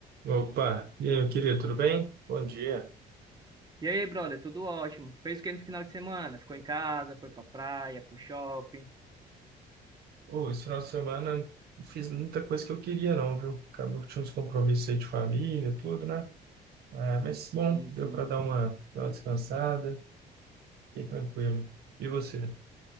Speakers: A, on the right; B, on the right.
A: Opa, e aí, meu querido, tudo bem? Bom dia.
B: E aí, brother, tudo ótimo. Fez o que no final de semana? Ficou em casa, foi pra praia, pro shopping?
A: Ô, esse final de semana não fiz muita coisa que eu queria, não, viu? Acabou que tinha uns compromissos aí de família, tudo, né? Ah, mas bom,
B: Sim,
A: deu
B: sim.
A: para dar uma, dar uma descansada, fiquei tranquilo. E você?